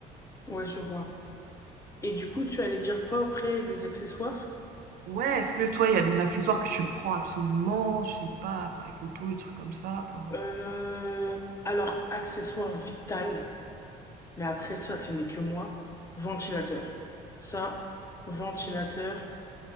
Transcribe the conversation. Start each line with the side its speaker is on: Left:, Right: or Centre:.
Left: ouais, je vois. Et du coup, tu allais dire quoi après des accessoires?
Right: Ouais, est-ce que toi, il y a des accessoires que tu prends absolument? Je sais pas, appareil photo, des trucs comme ça, enfin?
Left: Euh, alors, accessoire vital, mais après ça, ce n'est que moi. Ventilateur. Ça, ventilateur.